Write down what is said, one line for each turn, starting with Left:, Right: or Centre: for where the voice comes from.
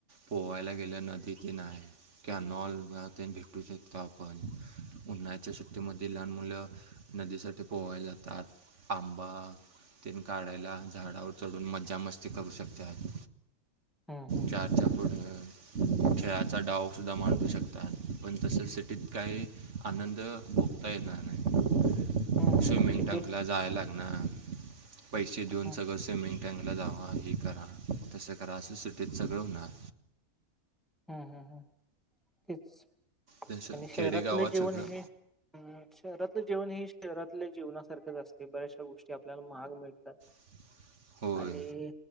Right: पोहायला गेल्या नदीते नाय. कनॉल ते भेटू शकतो आपण, उन्हाळच्या सुट्टीमध्ये लहान मुलं. नदी साठी पोवायला जातात, आंबा तेन काढायला. झाडावर चढून मज्जा.. मस्ती करू शकतात,
Centre: हम्म हम्म
Right: चारच्या पुढ. खेळाचा डावसुद्धा मांडू शकतात, पण तसेच सिटीत काही आनंद भोगता येणार नाही,
Centre: हम्म
Right: स्विमिंग
Centre: सिटीत
Right: टकला जाय लागणार.. पैसे देऊन
Centre: हम्म
Right: सगळं स्विमिंग टँंगला जावा हे करा तसं करा असं सिटीत सगळं होणार
Centre: हम्म.. हम्म.. हम्म तेच
Right: जसं
Centre: आणि शहरातले
Right: खेडेगावात
Centre: जेवण
Right: सगळं
Centre: हे हम्म.. शहरातलं जेवण हे शहरातल्या जीवनासारखंच असते बऱ्याचशा गोष्टी आपल्याला महाग मिळतात.
Right: <inaudible> होय
Centre: आणि